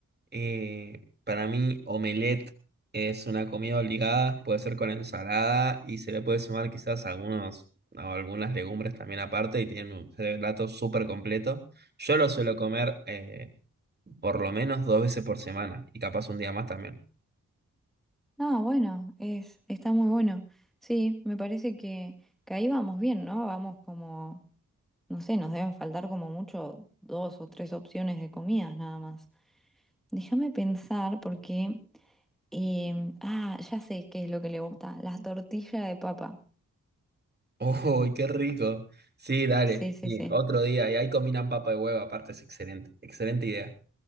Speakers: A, on the right (about 30°); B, in the centre.
A: Eh, para mí, omelette es una comida obligada, puede ser con ensalada y se le puede sumar quizás algunos o algunas legumbres también aparte y tiene un plato súper completo. Yo lo suelo comer eh, por lo menos dos veces por semana y capaz un día más también.
B: Ah, bueno, es, está muy bueno. Sí, me parece que, que ahí vamos bien, ¿no? Vamos como, no sé, nos deben faltar como mucho dos o tres opciones de comidas nada más. Déjame pensar porque... em, ah, ya sé qué es lo que le gusta. Las tortillas de papa.
A: <laughs> ¡Uy, qué rico! Sí, dale,
B: Sí, sí,
A: sí,
B: sí.
A: otro día y ahí combinan papa y huevo, aparte es excelente, excelente idea.